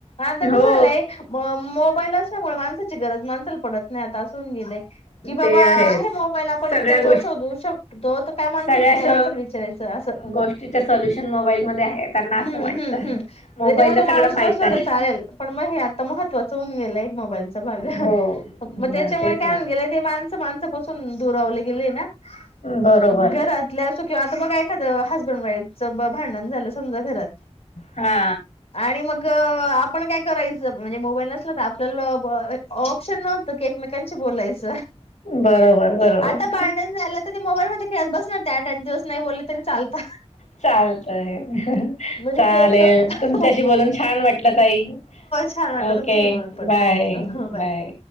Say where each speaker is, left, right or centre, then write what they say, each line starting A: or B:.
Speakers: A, on the left; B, on the left.
A: आता कसं
B: हो
A: झालंय म ल असल्यामुळे माणसाची गरज माणसाला पडत नाही आता असून गे की बाबा
B: ते
A: आहे
B: आहेच
A: मोबाईल. पण
B: सगळ्या
A: त्याच्या
B: गोष्टी
A: वर शोधू शकतो तो तर काय माणसायची
B: सगळ्या
A: त्या
B: श
A: माणसाला विचारायचं असं
B: गोष्टीच्या सोल्युशन मोबाईलमध्ये आहे त्यांना
A: हम्म
B: असं वाटतं.
A: हम्म हम
B: मोबाईलला
A: त्याच्यामुळे तो माणूस
B: सगळं माहित
A: नसला
B: आहे.
A: तर चालेल पण मग हे आता महत्त्वाचं मोबाईल भाग
B: हो
A: मग त्याच्यामुळे
B: ना तेच
A: काय
B: ना.
A: होऊन गेले. ते माणसं माणसापासून दुरावले गेले ना,
B: बरोबर.
A: घरातल्या असो किंवा आता बघा एखादं हसबंड वाईफचं भांडण झालं समजा घरात
B: हा
A: आणि मग आपण काय करायचं म्हणजे मोबाईल नसला तर आपल्याला ऑप्शन नव्हतं क एकमेकन बोलायच.
B: बरोबर बरोबर
A: आता भांडण झालं तर ते मोबाईल मध्ये खेळत बसणार ते, आठ आठ दिवस नाही बोलले तरी चालत.
B: चालतंय.
A: म्हणजे
B: चालेल
A: ते एक हो
B: तुमच्याशी बोलून छान वाटलं ताई
A: छान वाटलं
B: ओके
A: तुमच्याशी बोलून पण
B: बाय
A: थँक्यू हो
B: बाय.